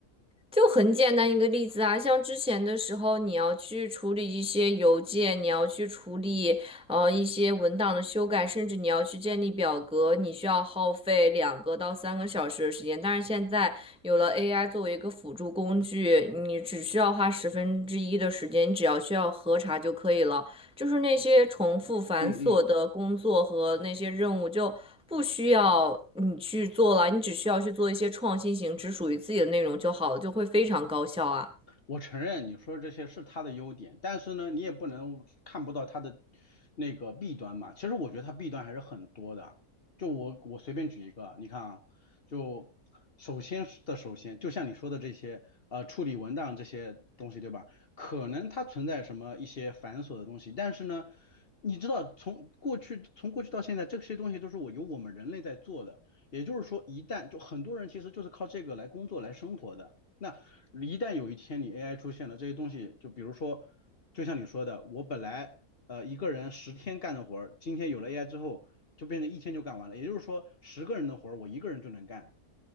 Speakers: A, in the centre; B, on the left.
A: 就很简单一个例子啊，像之前的时候，你要去处理一些邮件，你要去处理呃一些文档的修改，甚至你要去建立表格，你需要耗费两个到三个小时的时间。但是现在有了 AI 作为一个辅助工具，你只需要花十分之一的时间，你只要需要核查就可以了。就是那些重复繁琐的工作和那些任务就不需要你去做了，
B: 嗯
A: 你只需要去做一些创新型、只属于自己的内容就好了，就会非常高效啊。
B: 我承认你说的这些是他的优点，但是呢，你也不能看不到他的那个弊端嘛。其实我觉得他弊端还是很多的。就我我随便举一个，你看啊，就首先是的首先，就像你说的这些呃处理文档这些东西，对吧？可能它存在什么一些繁琐的东西，但是呢，你知道从过去从过去到现在，这些东西都是我由我们人类在做的。也就是说，一旦就很多人其实就是靠这个来工作来生活的。那一旦有一天你 AI 出现了，这些东西就比如说，就像你说的，我本来呃一个人十天干的活儿，今天有了 AI 之后，就变成一天就干完了。也就是说，十个人的活儿我一个人就能干。